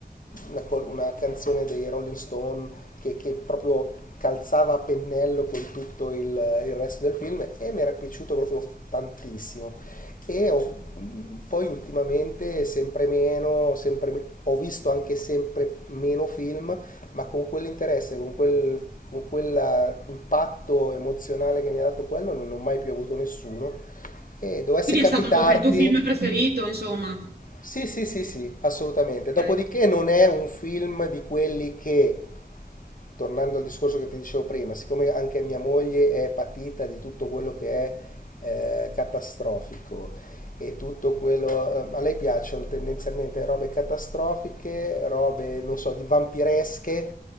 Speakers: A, on the left (about 55°); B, on the right (about 75°).
A: una, col- una canzone dei Rolling Stone che, che proprio calzava a pennello con tutto il, il resto del film e mi era piaciuto proprio tantissimo. E ho- poi ultimamente sempre meno, sempre me- ho visto anche sempre meno film, ma con quell'interesse, con quel, con quell'impatto emozionale che mi ha dato quello, non ne ho mai più avuto nessuno. E dovesse
B: Quindi
A: capitarti,
B: è stato il tuo è il tuo film preferito insomma.
A: sì, sì, sì, sì, assolutamente.
B: Okay.
A: Dopodiché non è un film di quelli che, tornando al discorso che ti dicevo prima, siccome anche mia moglie è patita di tutto quello che è eh, catastrofico e tutto quello... eh, a lei piacciono tendenzialmente robe catastrofiche, robe, non so, di vampiresche,